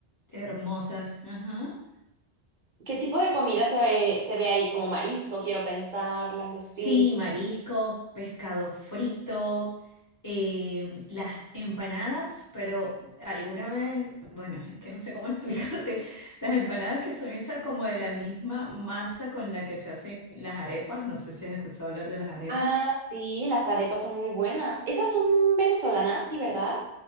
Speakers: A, on the left; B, on the right.
A: hermosas, ajá.
B: ¿Qué tipo de comida se ve, se ve ahí? Como marisco, quiero pensar, langostín.
A: Sí, mariscos, pescado frito, em, las empanadas, pero alguna vez, bueno, es que no sé cómo <laughs> explicarte, las empanadas que son hechas como de la misma masa con la que se hacen las arepas, no sé si has escuchado hablar de las arepas.
B: Ah, sí, las arepas son muy buenas. Esas son venezolanas, sí, ¿verdad?